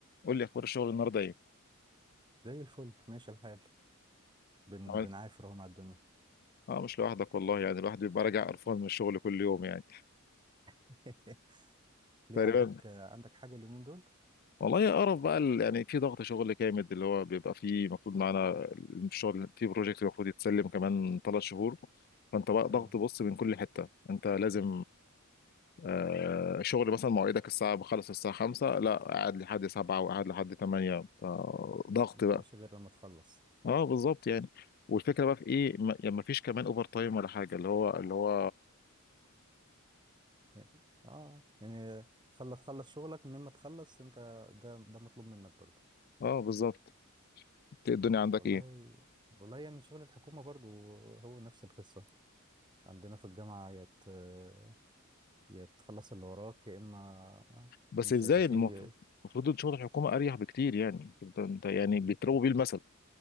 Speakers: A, on the left; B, on the right.
A: قول لي اخبار الشغل النهارده ايه
B: زي الفل ماشي الحال بن
A: عملت
B: بنعافر اهو مع الدنيا
A: اه مش لوحدك والله يعني الواحد بيبقى راجع قرفان من الشغل كل يوم يعني
B: <laughs> ليه
A: تقريبا
B: عندك عندك حاجة اليومين دول
A: والله يا قرف بقى ال- يعني في ضغط شغل جامد اللي هو بيبقى فيه المفروض معانا الشغل في بروجكت المفروض يتسلم كمان ثلاث شهور فانت بقى
B: تمام
A: ضغط بص من كل حته انت لازم آه شغل مثلا مواعيدك الساعه بخلص الساعه 5 لا قاعد لحد 7 وقاعد لحد 8 ضغط
B: مش
A: بقى
B: ماشي غير لما تخلص
A: اه بالظبط يعني والفكره بقى في ايه ما يعني مفيش كمان اوفر تايم ولا حاجه اللي هو اللي هو
B: يعني- اه يعني خلص خلص شغلك من ما تخلص انت ده ده مطلوب منك برضه
A: اه بالظبط الدنيا عندك
B: والله
A: ايه
B: والله يعني شغل الحكومة برضه هو نفس القصة عندنا في الجامعة يا ت- يا تخلص اللي وراك يا اما
A: بس
B: مش
A: ازاي
B: هيبقى فيه
A: المفروض المفروض شغل الحكومه اريح بكتير يعني انت انت يعني بيضربوا بيه المثل